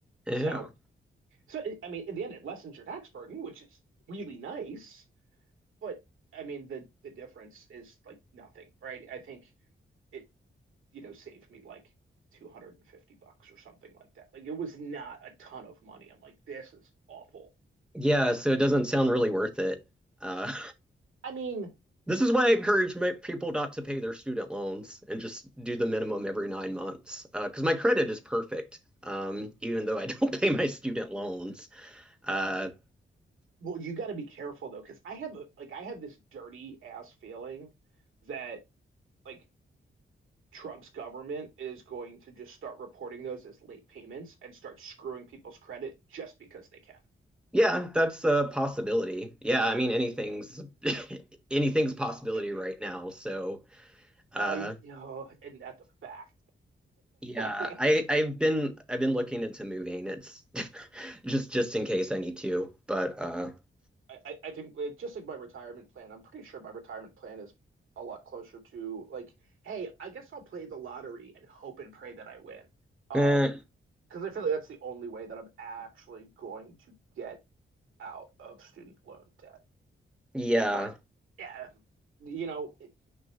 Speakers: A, in the centre; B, on the right.
A: <laughs> yeah.
B: So, so I mean, in the end, it lessens your tax burden, which is really nice. But I mean, the the difference is like nothing, right? I think it you know saved me like two hundred and fifty bucks or something like that. Like it was not a ton of money. I'm like, this is awful.
A: Yeah, so it doesn't sound really worth it. Uh,
B: I mean,
A: <laughs> this is why I encourage people not to pay their student loans and just do the minimum every nine months. Because uh, my credit is perfect, um, even though I <laughs> don't pay my student loans. Uh,
B: well, you got to be careful though, because I have a like I have this dirty ass feeling that like Trump's government is going to just start reporting those as late payments and start screwing people's credit just because they can.
A: Yeah, that's a possibility. Yeah, I mean anything's <laughs> anything's a possibility
B: <clears throat> Um,
A: right now. So, uh
B: Uh, you know, and not the fact.
A: yeah,
B: <laughs>
A: I I've been I've been looking into moving. It's <laughs> just just in case I need to, but uh
B: I, I I think like, just like my retirement plan, I'm pretty sure my retirement plan is a lot closer to like, hey, I guess I'll play the lottery and hope and pray that I win. Um,
A: eh,
B: because I feel like that's the only way that I'm actually going to get out of student loan debt.
A: yeah.
B: But yeah, you know, it,